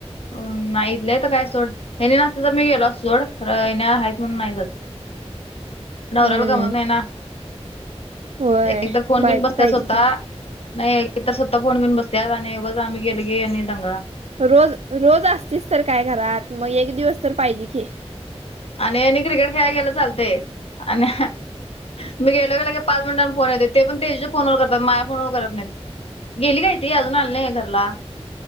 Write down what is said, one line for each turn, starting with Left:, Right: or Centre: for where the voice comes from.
Left: अ नाहीथलं तर काय सोड यांनी नसते तर मी गेलो असतो सोड येणे आहेत म्हणून नाही जात. नवराला
Right: हम्म
Left: गमत नाही ना
Right: होय
Left: एक एक तर फोन
Right: बायको
Left: घेऊन बसताच
Right: पाहिजे
Left: स्वतः
Right: की
Left: नाही तर स्वतः फोन घेऊन बसत्या आणि उगाच आम्ही गेल गे आणि दंगा.
Right: रोज रोज असतीस तर काय घरात मग एक दिवस तर पाहिजे की.
Left: आणि यांनी क्रिकेट खेळायला गेला चालते आणि. मी गेलो का लेगे पाच मिनटां फोन येत ते पण तेजूच्या त्याच्या फोनवर करतात मा्या फोनवर करत नाहीत. गेली काय ती अजून आलं घरला.